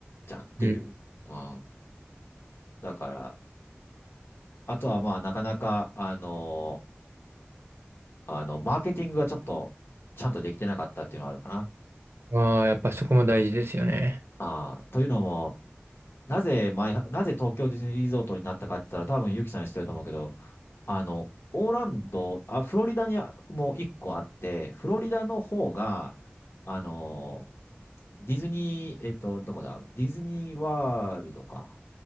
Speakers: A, on the left (about 65°); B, on the right (about 70°).
A: じゃんっていう。
B: う
A: うん。だから、あとはまあ、なかなか、あの、あの、マーケティングがちょっと、ちゃんとできてなかったっていうのはあるかな。
B: ん。ああ、やっぱそこも大事ですよね。
A: ああ、というのも、なぜ前、なぜ東京ディズニーリゾートになったかって言ったら、多分ユキさん知ってると思うけど、あの、オーランド、あ、フロリダにもう一個あって、フロリダの方が、あの、ディズニー、えっと、どこだディズニーワールドか。